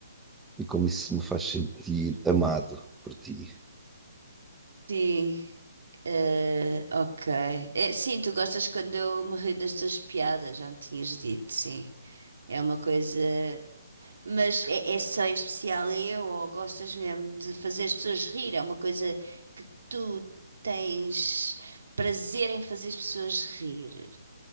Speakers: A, in the centre; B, on the right.
A: e como isso me faz sentir amado por ti.
B: Sim. eh, ok. É, sim, tu gostas quando eu me rio das tuas piadas, já me tinhas dito, sim. É uma coisa. Mas é, é só em especial eu, ou gostas mesmo de fazer as pessoas rir? É uma coisa que tu tens prazer em fazer as pessoas rir?